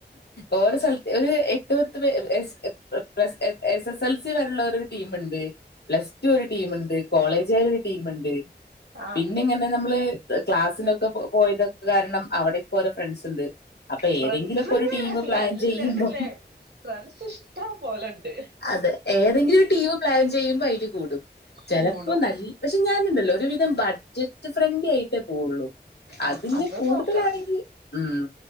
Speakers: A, on the left (about 70°); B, on the right (about 70°).
A: ഓരോ സ്ഥൽ ഒരു എ ട്ട് പത്ത് പെ <unintelligible> എസ് എസ് എൽ സി വരെള്ള ഒരു ടീമുണ്ട് പ്ലസ് ടു ഒരു ടീമ്ണ്ട് കോളേജാര് ഒരു ടീമ്ണ്ട്
B: ആഹ്
A: പിന്നെ ങ്ങനെ നമ്മള് ക്ലാസ്സിനൊക്കെ പൊ പോയതൊക്കെ കാര്ണം അവടക്കെ ഓരോ ഫ്രണ്ട്സ് ണ്ട് അപ്പൊ
B: ഫ്രണ്ട്സ്
A: ഏതെങ്കിലൊക്ക ഒരു ടീമ് പ്ലാൻ
B: നല്ലതല്ലേ
A: ചെയ്യുമ്പൊ
B: ഫ്രണ്ട്സ് ഇഷ്ടം പോലെണ്ട്
A: അതെ ഏതെങ്കിലു ഒര് ടീമ് പ്ലാൻ ചെയ്യുമ്പോ അയില് കൂടും ചെലപ്പോ
B: കൂടും
A: നല്ല് പക്ഷെ ഞാന്ണ്ടല്ലോ ഒരുവിധം ബഡ്ജറ്റ് ഫ്രണ്ട്ലി ആയിട്ടേ പോവുള്ളൂ അതത്
B: ആഹ്
A: ന്ന്
B: അത്
A: കൂടുതലാണെങ്കി
B: നോക്കണം
A: ഉം